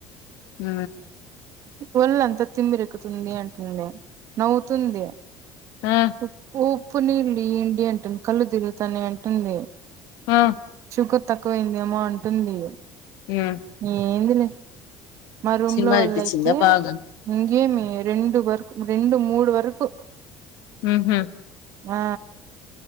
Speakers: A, on the left; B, on the right.
A: ఉ
B: వల్లంత తిిమ్మిరెక్కుతుంది అంట ఉమ్ నువ్ తుంది
A: ఆ
B: ఉపు ఊ ఉప్పునీళ్ళు ఇయ్యండి అంటుంది కల్లు తిరుగుతాయని అంటుంది
A: ఆ
B: కు తక్కువయిందేమో అంటుంది
A: ఉమ్
B: ఏందిలే మా రూమ్
A: సినిమా
B: లో వాళ్ల
A: చూపించిందా
B: అయితే
A: బాగా
B: ఏమి రెండు వరకు రెండు మూడు వరకు
A: ఉహు
B: ఆ